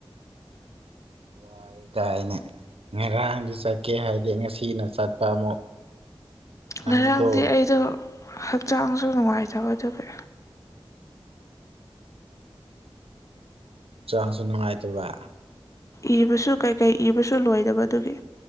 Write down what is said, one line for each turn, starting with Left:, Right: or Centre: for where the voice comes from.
Right: INAUDIBLE ꯋꯥꯏ ꯀꯥꯏꯅ <unintelligible> ꯉꯔꯥꯡꯗꯤ ꯆꯠꯀꯦ ꯍꯥꯏꯗꯦ ꯉꯁꯤꯅ ꯆꯠꯄ ꯑꯃꯨꯛ ꯅꯪꯀꯣ
Left: ꯉꯔꯥꯡꯗꯤ ꯑꯩꯗꯣ ꯍꯛꯆꯥꯡꯁꯨ ꯅꯨꯡꯉꯥꯏꯇꯕꯗꯨꯒꯤ
Right: ꯍꯛꯆꯥꯡꯁꯨ ꯅꯨꯡꯉꯥꯏꯇꯕ
Left: ꯏꯕꯁꯨ ꯀꯩꯀꯩ ꯏꯕꯁꯨ ꯂꯣꯏꯗꯕ ꯑꯗꯨꯒꯤ